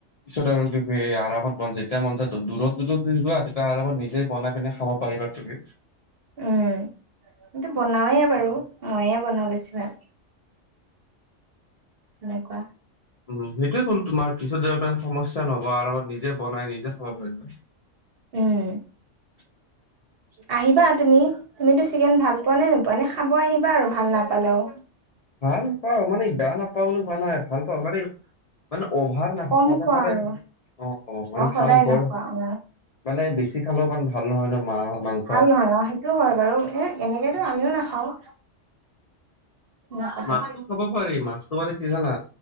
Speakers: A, on the left; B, on the right.
A: পিছত আৰু <unintelligible> আৰামত বন-যেতিয়া মন যায় দূৰত-দূৰত যোৱা তেতিয়া আৰামত নিজে বনাই পিনে খাব পাৰিবা। তুমি?
B: উম, কিন্তু বনাওয়ে বাৰু মইয়ে বনাওঁ বেছি ভাগ। সেনেকুৱা।
A: উম, সেইটোয়ে ক'লো। তোমাৰ পিছত যেন ইমান সমস্যা ন'হব। আৰামত নিজে বনাই নিজে খাব পাৰিবা। <inaudible>
B: উম আহিবা তুমি। তুমিতো চিকেন ভাল পোৱা নে নোপোৱা? এনে খাব আহিবা আৰু ভাল নাপালেও।
A: ভাল পাওঁ। মানে বেয়া নাপাওঁ বুলি কোৱা নাই। ভাল পাওঁ মানে এই মানে অভাৰ নাখাওঁ।
B: কম
A: সদায়-সদায়
B: খোৱা আৰু
A: <unintelligible> অ', অ', মানে
B: সদায়
A: ভাল গ়ৰ
B: নোখোৱা অ
A: মানে বেছি খালেও ইমান ভাল নহয় ন, মা মাংস।
B: ভাল নহয়। অ', সেইটো হয় বাৰু। এ এনেকেতো আমিও নাখাওঁ। নাকাটে
A: মাছতো খাব পাৰি। মাছটো মানে কি জানা